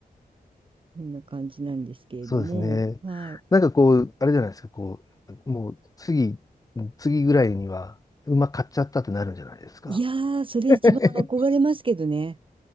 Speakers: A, on the right (about 35°); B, on the left (about 20°).
A: こんな感じなんですけれども、
B: ー、そうですね。
A: はい。
B: なんかこう、あれじゃないですか、こう、もう次、次ぐらいには、馬買っちゃったってなるんじゃないですか。
A: いやー、それ一番憧れますけどね。
B: <laughs>